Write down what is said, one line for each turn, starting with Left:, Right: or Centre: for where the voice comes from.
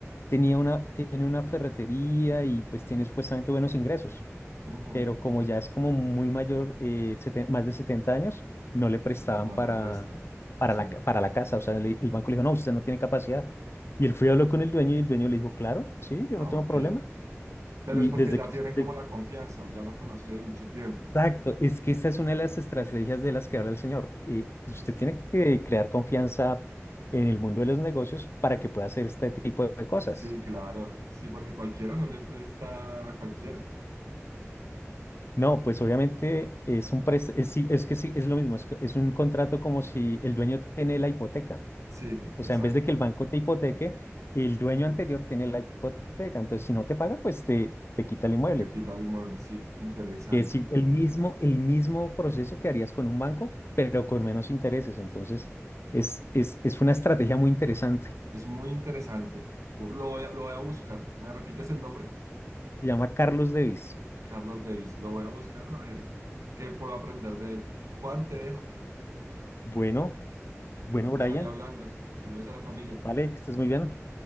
Left: tenía una, tiene una ferretería y pues tiene supuestamente buenos ingresos,
Right: ujú,
Left: pero como ya es como muy mayor, eh, seten- más de 70 años, no le prestaban
Right: No
Left: para,
Right: le prestan.
Left: para la,
Right: Sí,
Left: ca- para la casa. O sea, le- el banco le dijo, no, usted no tiene capacidad. Y él fue y habló con el dueño y el dueño le dijo, claro, sí, yo
Right: ah,
Left: no tengo
Right: ok.
Left: problema.
Right: Pero
Left: Y
Right: es porque
Left: desde
Right: ya
Left: que
Right: tienen
Left: usted...
Right: como la confianza o ya lo conoce de mucho tiempo.
Left: Exacto, es que esta es una de las estrategias de las que habla el señor. Y usted
Right: Sí.
Left: tiene que crear confianza en el mundo de los negocios para que pueda hacer este tipo de cosas.
Right: Sí, claro. Sí, porque cualquiera no le presta a cualquiera.
Left: No, pues obviamente es un pres- es, sí, es que sí, es lo mismo, es, que- es un contrato como si el dueño tiene la hipoteca.
Right: Sí,
Left: O
Right: exacto.
Left: sea, en vez de que el banco te hipoteque, el dueño anterior tiene la hipoteca. Entonces, si no te paga, pues te, te quita el inmueble.
Right: Te quita el inmueble. Sí, interesante.
Left: que es i- el mismo, el mismo proceso que harías con un banco, pero con menos intereses. Entonces, es, es, es una estrategia muy interesante.
Right: Es muy interesante. Bo- Lo voy a, lo voy a buscar. ¿Me repites el nombre?
Left: Se llama Carlos Davis.
Right: Carlos Davis. Lo voy a buscar a ver qué puedo aprender de él. Juan, te dejo.
Left: Bueno, bueno,
Right: Estamos
Left: Brian,
Right: ahí hablando. Saludos a la familia.
Left: vale, que estés muy bien.